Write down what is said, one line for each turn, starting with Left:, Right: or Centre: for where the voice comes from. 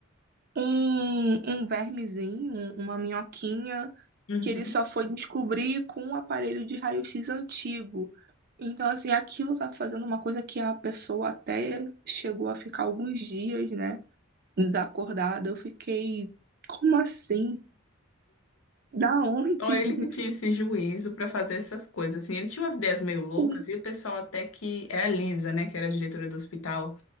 Right: um, um vermezinho, um- uma minhoquinha,
Left: Uhum.
Right: que ele só foi descobrir com um aparelho de raio-x antigo. Então, assim, aquilo tá fazendo uma coisa que a pessoa até chegou a ficar alguns dias, né, desacordada. Eu fiquei, como assim? Da onde?
Left: Ó, ele
Right: <laughs>
Left: que tinha esse juízo para fazer essas coisas, assim, ele tinha umas ideias meio loucas
Right: Sim,
Left: e o pessoal até que, era a Lisa, né, que era a diretora do hospital,